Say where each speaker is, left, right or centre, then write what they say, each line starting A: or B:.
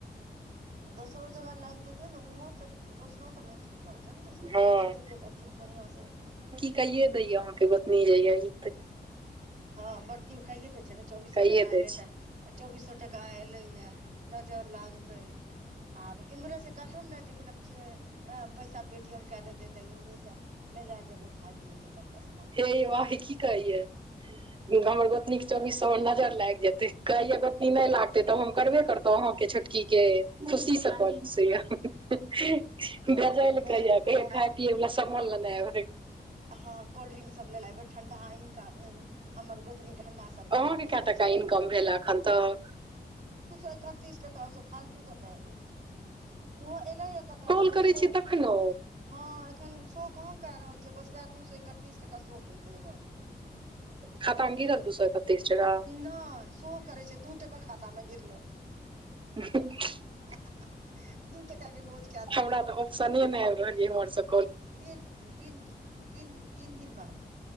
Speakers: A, on the right; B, on the right.
A: दोसरो जगह लाइग जेते ने उहो ते रोशनो ते नहि छुट रहल दोसरो
B: हँ
A: जगह लागि जतियै तऽ ठीक बढ़ियां से हेतिए
B: कयेदैया अहाँ के गोतनी जे यही
A: हँ बड़कीयो कहि द छै ने चौबीसो
B: कैये
A: टका
B: दै
A: एलै
B: छै
A: तऽ चौबीसो टका एले या नजर लागतै आब इम्हरे से कहथुन ने जे छिय पैसा पेटीएम कए देतै तऽ इम्हरे से ले ले जेबै खाय पियए के सबटा समान
B: हे वह की कहैये घर गोतनिक चौबीस सौ मे नजर लागि जेते कहिय गोतनी नहि लागते तब हम करबे करतौ अहां के छोटकी के खुशी स पनसैया गजब
A: नहि
B: के ए कहिय
A: मोबाइल
B: खाय पियए वला सामान लेने एबय
A: ह कोल्ड्रिंक सब लेेने एबै ठंडा हिनका हमर गोतनी ठंडा सब बहुत
B: अहाँके
A: पसन्द
B: कए टका
A: छै
B: इनकम भेल एखन तक
A: एकतीस टका ओई सऽ फालतू कत एलै ओहो एले है कतअ तब
B: कॉल
A: वह उसो
B: करै छियै तखनो
A: हँ एखन उ सो कहाँ क रहल छै बस उएह दू सए एकतीस टका सो केलकैया बस
B: खाता में गिरल दू सए एकतीस टका
A: नहि सो करय छै दू टका खाता मे गिरलै
B: <unintelligible>
A: <unintelligible> दू टका के भोज कए देब
B: हमरा तऽ ऑप्शने नहि आबि रहल यै हमरा सभ
A: तीन तीन तीन दिन तीन दिन बाद